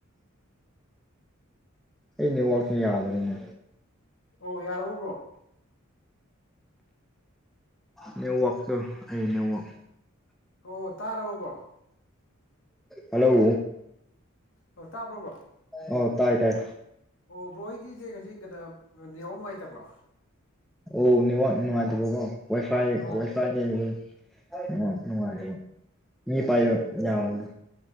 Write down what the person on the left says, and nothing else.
ꯑꯣ ꯌꯥꯔꯎꯕ꯭ꯔꯣ
ꯑꯣ ꯇꯥꯔꯕꯔꯕ꯭ꯔꯣ
ꯑꯣ ꯇꯥꯕ꯭ꯔꯣꯕ꯭ꯔꯣ
ꯑꯣ ꯕ꯭ꯔꯣ ꯑꯩꯒꯤꯁꯦ ꯈꯖꯤꯛ ꯀꯩꯅꯣ ꯌꯥꯍꯥꯎ ꯅꯨꯡꯉꯥꯏꯇꯕ꯭ꯔꯣ
ꯑꯣ